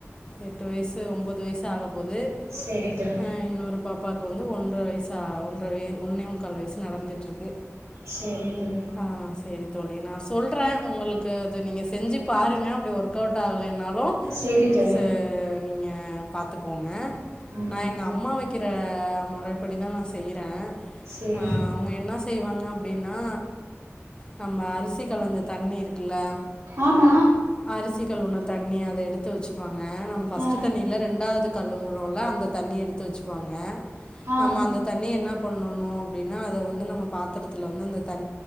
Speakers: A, on the left (about 20°); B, on the right (about 80°).
A: எட் டு வயசு ஒம்பொது வயசு ஆக போது
B: செரி தோழி
A: அ இன்னொரு பாப் பாக்கு வந்து ஒன்ற வயசு சா ஒன்ற வெ ஒன்னே முக்கால் வயசு நடந்துட்ருக்கு
B: செரி தோழி
A: ஆ சேரி தோழி நா ஸ் சொல்றே உங்களுக்கு அது நீங்க செஞ்சு பாருங்க அப்டி ஒர்க் அவுட் ஆகலைனாலு
B: செரி தோழி
A: ச நீங்க பாத்துக் கோங்க
B: ம்
A: நா எங்க அம்மா வைக் கிற மொறைப்படி தா நா செய்யுறே
B: செரி
A: ஆ அவுங்க என்ன செய்வாங்க அப்டின்னா நம்ம அரிசி கலந்த தண்ணி இருக்குல்ல
B: ஆமா
A: அரிசி கழுவுன தண்ணி அத எடுத் து வச்சுப்பாங்க நம் ஃபஸ்ட்டு
B: ஆ
A: தண்ணில ரெண்டாவது கல்லூர் ழுவுல்ல அந்த தண்ணி எடுத்து வச்சு பாங்க
B: ஆ
A: நம்ம அந்த தண்ணி என்னாப் பண்ணணு அப்டின்னா அத வந்து நம்ம பாத்தரத்துல வந்து அந்த தண்